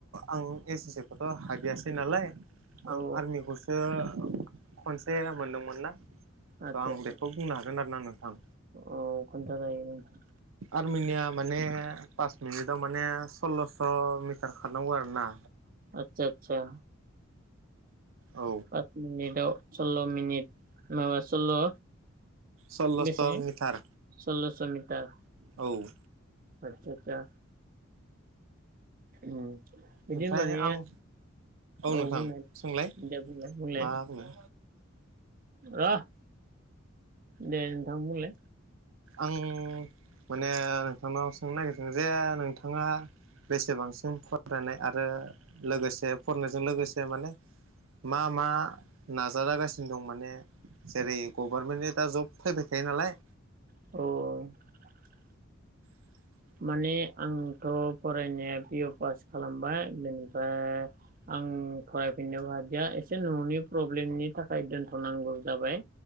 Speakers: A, on the right; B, on the right.
A: आं एस एस सि खौथ' हाबियासै नालाय। आं
B: औ
A: आर्मिखौसो खनसे मोनदोंमोन ना
B: आदसा
A: आं
B: आदसा
A: बेखौ बुंनो हागोन आरो ना नोंथां।
B: औ खोनथा जायो नोंथां।
A: आर्मिनिया माने पास मिनिटाव माने सल्ल'स' मिटार खारनांगौ आरो ना।
B: आतसा आतसा।
A: औ
B: पास मिनिटआव सल्ल' मनिट माबा सल्ल'
A: सल्ल'स'
B: बेसे
A: मिटार
B: सल्लस' मिटार।
A: औ
B: आतसा आतसा उम बिदि
A: ओमफ्राय
B: माने
A: आं
B: औ
A: नोंथां
B: बुंलाय
A: सोंलाय
B: दे बुंलाय बुंलाय।
A: मा बुंनो
B: र' दे नोंथां बुंलाय
A: आं माने नोंथांनाव सोंनो नागिरदों जे नोंथाङा बेसेबांसिम फरायनाय आरो लोगोसे फरायनायजों लोगोसे माने मा मा नाजालागासिनो दं माने जेरै गभर्नमेन्टनि दा जब फैबाय थायो नालाय।
B: औ
A: <inaudible>
B: माने आंथ' फरायनाया पि अ पास खालामबाय बेनिफ्राय आं फरायफिननोबो हादिया एसे न'नि प्रब्लेमनि थाखाय दोनथ'नांगौ जाबाय।